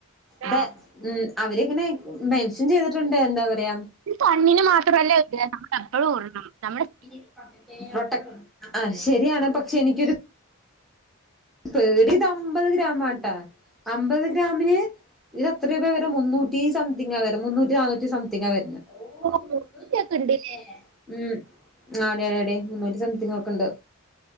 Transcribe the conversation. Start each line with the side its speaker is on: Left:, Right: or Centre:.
Centre: താ
Right: ആ
Centre: മ് അവരിങ്ങനെ മെൻഷൻ ചെയ്തിട്ടുണ്ട് എന്താ പറയാ
Right: പണ്ണിന് മാത്രല്ല ഇടൽ നമ്മള് എപ്പയും ഇടണം നമ്മടെ
Centre: <inaudible> പ്രൊട്ടക്റ്റ് ആ ശരിയാണ് പക്ഷെ എനിക്കൊരു പേടി ഇത് അമ്പത് ഗ്രാമാട്ടാ അമ്പത് ഗ്രാമിന് ഇത് എത്ര <unintelligible> വരെ മുന്നൂറ്റി സംതിങ് വരാ മുന്നൂറ്റി നാനൂറ്റി സംതിങ്ങാ വരുന്നെ മുന്നൂറ്റി
Right: ഓ, ഇതൊക്കെ ഉണ്ട്.
Centre: ഒക്കെ ഇണ്ട് അല്ലേ മ് ആദേടിടി ടി മുന്നൂറ്റി സംതിങ് ഒക്കെണ്ട്